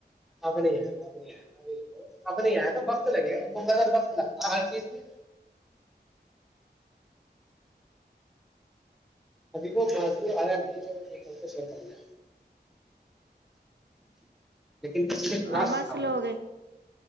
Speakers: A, in the centre; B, on the right.
A: اب نہیں آئے گا اب نہیں آئے گا بک اب نہیں آ گا وقت لگے گا بر وقت لگتا ہر چیز میں ابھی وہ معذور آیا نہیں جو ایک گل کو شیر کرنے لیکن کسی پ تھوراس
B: آواز
A: تھاؤ
B: سلو ہو گئی